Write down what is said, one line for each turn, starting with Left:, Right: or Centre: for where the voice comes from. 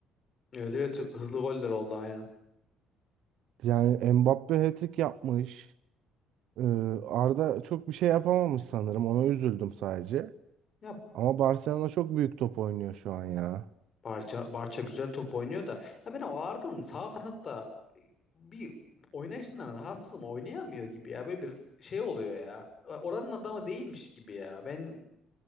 Left: Evet evet hızlı goller oldu aynen.
Right: Yani Mbappe hat-trick yapmış. Ee, Arda çok bir şey yapamamış sanırım. Ona üzüldüm sadece.
Left: Ya
Right: Ama Barcelona çok büyük top oynuyor şu an ya.
Left: Barça Barça güzel top oynuyor da ya ben o Arda'nın sağ kanatta bir oynayışından rahatsızım. Oynayamıyor gibi ya. Böyle bir şey oluyor ya. E, Oranın adamı değilmiş gibi ya. Ben